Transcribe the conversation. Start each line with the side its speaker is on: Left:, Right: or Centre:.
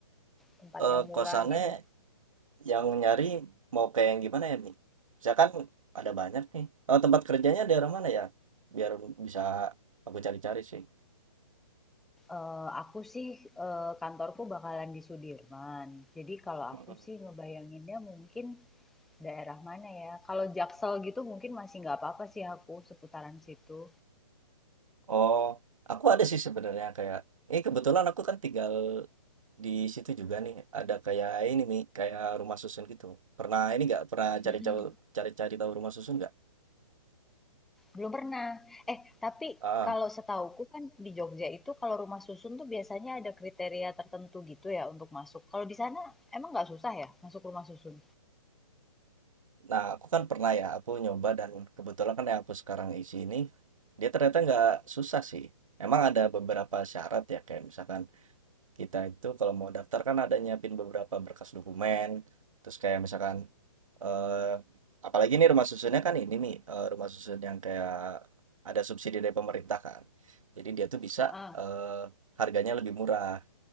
Centre: tempat
Right: eh,
Centre: yang murah
Right: kosannya
Centre: gitu?
Right: yang nyari mau kayak yang gimana ya Mi? Misalkan ada banyak nih. Oh, tempat kerjanya daerah mana ya? Biar bisa aku cari-cari sih.
Centre: Eee, aku sih, eee, kantorku bakalan di Sudirman. Jadi kalau
Right: mm
Centre: aku sih ngebayanginnya mungkin daerah mana ya, kalau Jaksel gitu mungkin masih nggak apa-apa sih aku seputaran situ.
Right: Oh, aku ada sih sebenarnya kayak, ini kebetulan aku kan tinggal di situ juga nih. Ada kayak ini Mi, kayak rumah susun gitu. Pernah ini nggak? Pernah
Centre: Mhm,
Right: cari-cari cari-cari tahu rumah susun nggak?
Centre: belum pernah. Eh, tapi
Right: Ah.
Centre: kalau setauku kan di Jogja itu kalau rumah susun tuh biasanya ada kriteria tertentu gitu ya untuk masuk. Kalau di sana emang nggak susah ya masuk rumah susun?
Right: Nah, aku kan pernah ya, aku nyoba dan kebetulan kan yang aku sekarang isi ini, dia ternyata nggak susah sih. Emang ada beberapa syarat ya, kayak misalkan kita itu kalau mau daftar kan ada nyiapin beberapa berkas dokumen, terus kayak misalkan, eh, apalagi nih rumah susunnya kan ini nih, eh, rumah susun yang kayak ada subsidi dari pemerintah kan. Jadi dia tuh bisa
Centre: Heeh,
Right: eh, harganya lebih murah